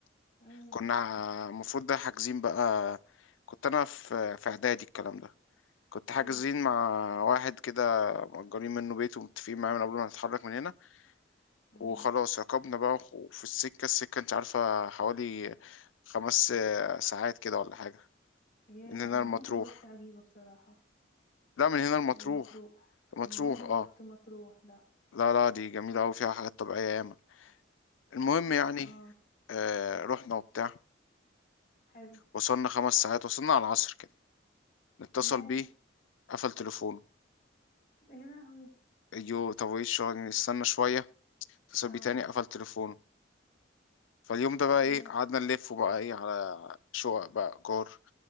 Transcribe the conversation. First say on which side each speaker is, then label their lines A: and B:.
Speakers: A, on the left; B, on the left.
A: امم
B: كنا المفروض ده حاجزين بقى كنت أنا في في إعدادي الكلام ده كنت حاجزين
A: حلو
B: مع واحد كده مأجرين منه بيت ومتفقين معاه من قبل ما نتحرك من هنا
A: امم
B: وخلاص ركبنا بقى وخ- وفي السكة السكة انت عارفة حوالي خمس آه، ساعات كده ولا حاجة
A: ياه
B: من هنا
A: انا
B: المطروح
A: عمري ما روحت عجيبة بصراحة
B: لا من هنا المطروح
A: لما تروح
B: مطروح
A: ما عمري
B: اه
A: ما روحت مطروح لا
B: لا لا دي جميلة أوي فيها حاجات طبيعية ياما المهم يعني
A: اه
B: آه رحنا وبتاع
A: حلو
B: وصلنا خمس ساعات وصلنا على العصر كده نتصل
A: ياه
B: بيه قفل تليفونه
A: يا لهوي
B: ايوه طب ايه الشغل نستنى شوية اتصل
A: اه
B: بيه تاني قفل تليفونه فاليوم ده بقى
A: امم
B: ايه قعدنا نلف بقى ايه على شقق بقى ايجار